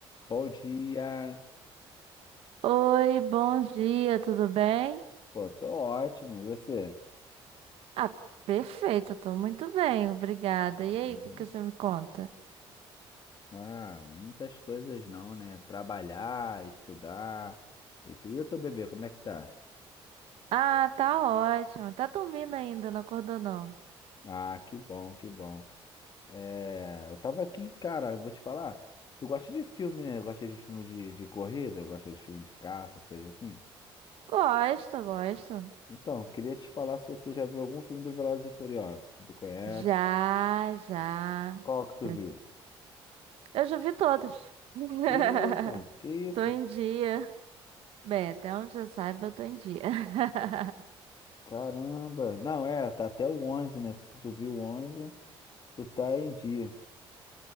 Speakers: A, on the left (about 45°); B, on the right (about 75°).
A: Bom dia.
B: Oi, bom dia, tudo bem?
A: Pô, tô ótimo. E você?
B: Ah, perfeito, tô muito bem, obrigada. E
A: Hum,
B: aí, o que que você me conta?
A: Ah, muitas coisas não, né? Trabalhar, estudar. E, tu, e o teu bebê, como é que tá?
B: Ah, tá ótimo. Tá dormindo ainda, não acordou não?
A: Ah, que bom, que bom. É, eu tava aqui, cara, eu vou te falar. Tu gosta de filme, né? Gosta de filme de, de corrida? Gosta de filme de caça, essas coisas assim?
B: Gosto, gosto.
A: Então, eu queria te falar se você já viu algum filme do Velozes e Furiosos. Tu conhece?
B: Já, já,
A: Qual que
B: já.
A: tu viu?
B: Eu já vi todos. <laughs>
A: Eita, que isso?
B: Tô em dia. Bem, até onde eu saiba, eu tô em dia. <laughs>
A: Caramba. Não, é, tá até o 11, né? Se tu viu o 11, tu tá em dia.